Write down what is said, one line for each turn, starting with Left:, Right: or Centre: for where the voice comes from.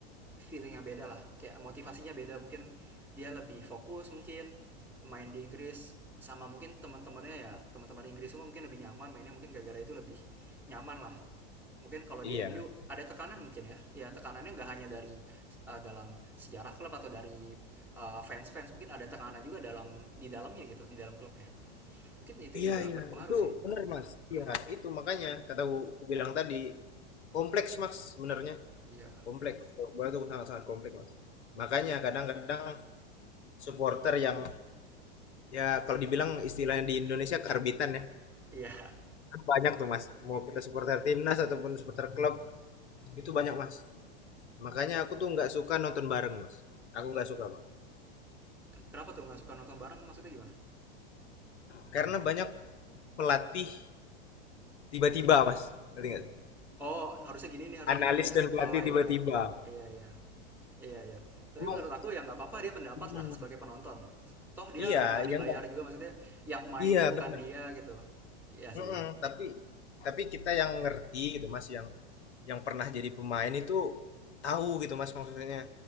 Centre: feeling yang beda lah kayak motivasinya beda mungkin dia lebih fokus mungkin main di Inggris sama mungkin teman-temannya ya teman-teman Inggris semua mungkin lebih nyaman mainnya mungkin gara-gara itu lebih nyaman lah mungkin kalau
Left: Iya.
Centre: di MU ada tekanan mungkin ya ya tekanannya nggak hanya dari eh, dalam sejarah klub atau dari eh, fans-fans mungkin ada tekanan juga dalam di dalamnya gitu di dalam klubnya mungkin itu
Left: Iya,
Centre: juga
Left: iya.
Centre: berpengaruh
Left: Itu
Centre: sih
Left: benar, Mas.
Centre: hmm
Left: Iya, itu makanya kata ku, ku bilang tadi kompleks, Mas, sebenarnya.
Centre: iya
Left: Kompleks. Sepak Bola itu sangat-sangat kompleks, Mas. Makanya kadang-kadang supporter yang ya kalau dibilang istilahnya di Indonesia karbitan ya.
Centre: Iya.
Left: Kan Banyak tuh, Mas. Mau kita supporter timnas ataupun supporter klub, itu banyak, Mas. Makanya aku tuh nggak suka nonton bareng, Mas. Aku nggak suka, Bang.
Centre: Kenapa tuh nggak suka nonton bareng? Maksudnya gimana?
Left: Karena banyak pelatih tiba-tiba, Mas. Ngerti nggak? sih?
Centre: Oh, harusnya gini nih, harusnya
Left: Analis
Centre: gini kayak.
Left: dan pelatih
Centre: Oh iya,
Left: tiba-tiba.
Centre: iya iya, iya iya. Tapi
Left: Ngomong,
Centre: menurut aku ya nggak apa-apa dia pendapat
Left: ah,
Centre: lah sebagai penonton. Toh dia
Left: Iya,
Centre: nggak
Left: yang
Centre: dibayar juga maksudnya. Yang main
Left: iya
Centre: tuh bukan
Left: benar.
Centre: dia gitu. Ya sih.
Left: Mm-mm, tapi tapi kita yang ngerti gitu Mas, yang yang pernah jadi pemain itu tahu gitu Mas maksudnya